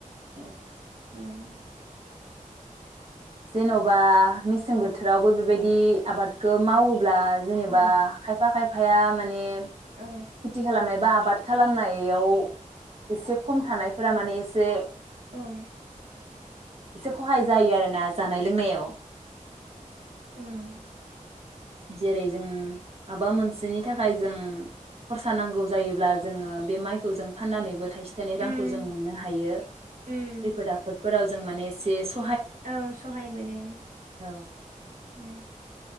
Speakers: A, on the right (about 45°); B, on the right (about 65°).
A: औ।
B: ओं
A: जेन'बा मिसें
B: औ
A: बोथोरावबो बेबाय दि आबादखौ मावो ब्ला जेनेबा
B: औ
A: खायफा खाय आफाया माने खेथि
B: ओ
A: खालामनाय बा बाद खालामनाय बेयाव एसे खम थानायफोरा माने एसे
B: ओं।
A: एसे खहाय जायो आरोना। जानाय लोंनायाव
B: उम।
A: जेरै जों माबा मोनसेनि थाखाय जों खरसा नांगौ जायोब्ला जोङो बे माइखौ जों फाननानैबो थाइसे फिथाइनि
B: उम
A: रांखौ जों मोननो हायो
B: उम
A: खैफोद आफोदफोराव जों माने सेस
B: औ सहाय मोनो।
A: औ
B: ओम।